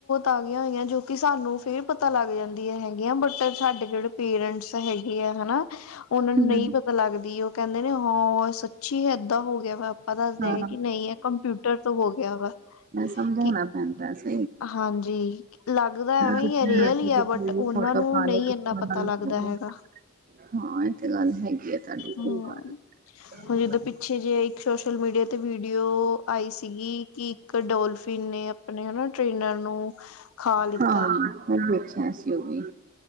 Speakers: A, on the left; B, on the right.
A: ਆਗੀਆਂ ਹੋਈਆਂ ਜੋ ਕਿ ਸਾਨੂੰ ਫੇਰ ਪਤਾ ਲੱਗ ਜਾਂਦੀਆਂ ਹੈਗੀਆਂ ਬਟ ਸਾਡੇ ਜਿਹੜੇ ਪੇਰੈਂਟਸ ਹੈਗੇ ਆ ਹਨਾ ਉਹਨਾਂ ਨੂੰ
B: ਹਮ,
A: ਨਹੀਂ ਪਤਾ ਲੱਗਦੀ ਉਹ ਕਹਿੰਦੇ ਨੇ ਹਾਂ ਸੱਚੀ ਏਦਾਂ ਹੋ ਗਿਆ ਵਾ ਆਪਾਂ ਦੱਸ ਦਿਆਂਗੇ
B: ਹਾਂ
A: ਕਿ ਨਹੀਂ ਇਹ ਕੰਪਿਊਟਰ ਤੋਂ ਹੋ ਗਿਆ ਵਾ।
B: ਮੈ ਸਮਝਾਉਣਾ
A: ਕਿ
B: ਪੈਂਦਾ ਸੀ
A: ਹਾਂਜੀ, ਲੱਗਦਾ ਐਵੇਂ
B: ਜਿੱਥੇ
A: ਹੀ ਹੈ ਰੀਅਲ
B: ਮਰਜ਼ੀ
A: ਹੀ ਆ
B: ਦੀ
A: ਬਟ
B: ਕੋਈ
A: ਉਹਨਾਂ
B: ਫੋਟੋ
A: ਨੂੰ
B: ਪਾ
A: ਨਹੀਂ
B: ਲੇ ਕਿਸੇ
A: ਇੰਨਾ ਪਤਾ
B: ਨਾਲ
A: ਲੱਗਦਾ
B: ਕੋਲ
A: ਹੈ ਤਾਂ <unintelligible>
B: ਹਾਂ ਇਹ ਤੇ ਗੱਲ ਹੈਗੀ ਆ ਤੁਹਾਡੀ ਸਹੀ
A: ਹਮ
B: ਗੱਲ
A: ਹੁਣ ਜਿੱਦਾਂ
B: <unintelligible>
A: ਪਿੱਛੇ ਜੇ ਇੱਕ ਸੋਸ਼ਲ ਮੀਡੀਆ ਤੇ ਵੀਡੀਓ ਆਈ ਸੀਗੀ ਕਿ ਇੱਕ ਡੋਲਫਿਨ ਨੇ ਆਪਣੇ ਹਨਾ ਟ੍ਰੇਨਰ ਨੂੰ <unintelligible> ਲਿੱਤਾ
B: ਹਾਂ, ਉ ਵੇਖਿਆ ਸੀ ਉ ਵੀ।